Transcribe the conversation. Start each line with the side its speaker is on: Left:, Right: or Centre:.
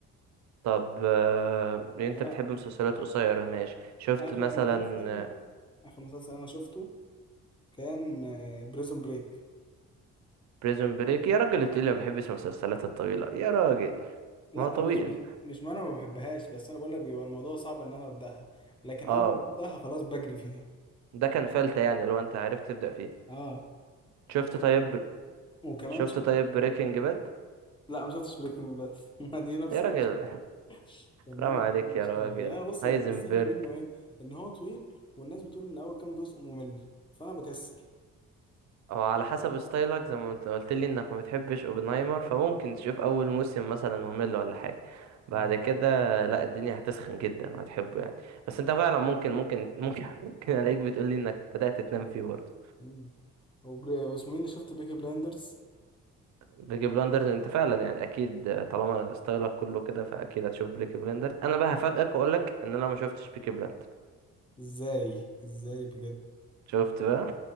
Right: طب آه، انت
Left: يعني انا
Right: بتحب مسلسلات قصيرة ماشي شفت
Left: اخر
Right: مثلا
Left: مسلسل اخر مسلسل انا شفته كان بريزون بريك
Right: بريزون بريك يا راجل تقول لي ما بحبش المسلسلات الطويلة يا راجل
Left: لا
Right: ما هو طويل
Left: انا مش مش مش ما انا ما بحبهاش بس انا بقول لك بيبقى الموضوع صعب ان انا ابداها لكن
Right: اه
Left: اول ما ببداها خلاص بجري فيها
Right: ده كان فلتة يعني لو انت عرفت تبدأ فيه
Left: اه
Right: شفت طيب
Left: وكمان
Right: شفت
Left: شوف
Right: طيب بريكنج باد
Left: لا ما شفتش بريكنج باد <laughs> ما دي نفس
Right: يا راجل
Left: المشكله يعني
Right: رام
Left: دي نفس
Right: عليك
Left: المشكله
Right: يا راجل
Left: يعني أنا بص
Right: هايزنبرج
Left: اللي مكسلني منه ايه ان هو طويل والناس بتقول ان اول كام جزء ممل فانا بكسل
Right: او على حسب ستايلك زي ما انت قلت لي انك ما بتحبش اوبنهايمر فممكن تشوف اول موسم مثلا ممل ولا حاجه بعد
Left: امم
Right: كده لا الدنيا هتسخن جدا وهتحبه يعني بس انت فعلا ممكن ممكن ممكن <laughs> ممكن الاقيك بتقول لي انك بدأت تنام فيه برضه
Left: امم هو بري... واسمه مين اللي شفت بيكي بلايندرز
Right: بيكي بلاندرز انت فعلا يعني اكيد طالما ستايلك كله كده فاكيد هتشوف بيكي بلاندرز انا
Left: امم
Right: بقى هفاجئك واقول لك ان انا ما شفتش بيكي بلاندرز
Left: ازاي ازاي بجد
Right: شفت بقى